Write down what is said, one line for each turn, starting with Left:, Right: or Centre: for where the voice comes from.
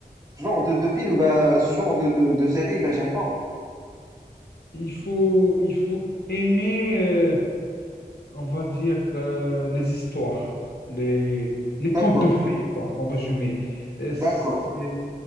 Right: ce genre de, de film, bah, ce genre de, de, de série, bah, j'aime pas.
Left: il faut, il faut aimer. euh, on va dire, euh, les histoires, les, les contes
Right: D'accord,
Left: de fées, quoi, en résumé. Euh, C'est,
Right: d'accord.